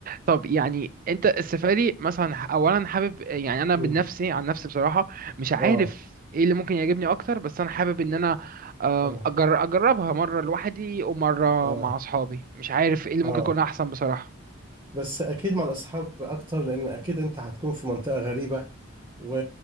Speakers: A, on the right; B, on the right.
A: طب يعني انت السفاري مثلا ح- اولا حابب يعني انا
B: مم.
A: من نفسي عن نفسي بصراحه مش عارف
B: اه
A: ايه اللي ممكن يعجبني اكتر بس انا حابب ان انا آم،
B: اه
A: أجر اجربها مره لوحدي ومره
B: اه
A: مع اصحابي مش عارف ايه اللي
B: اه
A: ممكن يكون احسن بصراحه
B: بس اكيد مع الاصحاب اكتر لان اكيد انت هتكون في منطقة غريبة و...